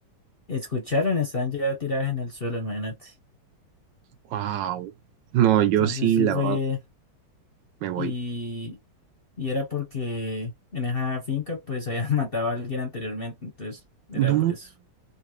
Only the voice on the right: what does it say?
Wow. No, yo
sí,
la
verdad, me voy.
No,